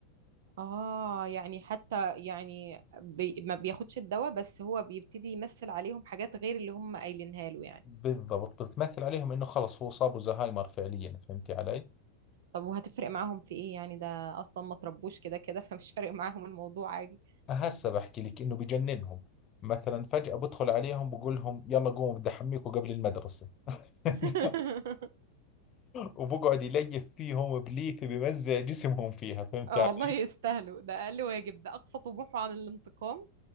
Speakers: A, on the right (about 55°); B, on the left (about 30°).
A: اه يعني حتى يعني بي ما بياخدش الدواء بس هو بيبتدي يمثل عليهم حاجات غير اللي هم قايلينها له يعني
B: بالضبط بتمثل عليهم انه خلص هو صابه زهايمر فعليا فهمتي علي
A: طب وهتفرق معاهم في ايه يعني ده اصلا ما تربوش كده كده <laughs> فمش فارق معاهم الموضوع عادي
B: هسه بحكي لك انه بجننهم مثلا فجأة بدخل عليهم بقول لهم يلا قوموا بدي احميكم قبل المدرسة <laughs>
A: <laughs>
B: وبقعد يليف فيهم بليفه بمزع جسمهم فيها فهمت
A: اه
B: علي؟
A: والله يستاهلوا ده اقل واجب ده اقصى طموحه عن الانتقام